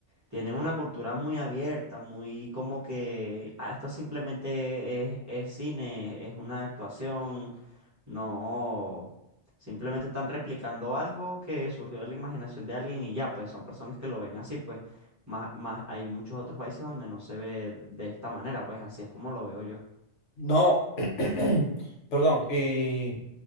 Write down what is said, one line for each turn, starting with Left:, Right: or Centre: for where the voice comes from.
Right: tienen una cultura muy abierta, muy como que "Ah, esto simplemente es, es cine, es una actuación, no, simplemente están replicando algo que surgió de la imaginación de alguien y ya, pues son personas que lo ven así, pues más, más hay muchos otros países donde no se ve de esta manera, pues así es como lo veo yo.
Left: No, <clears throat> perdón, y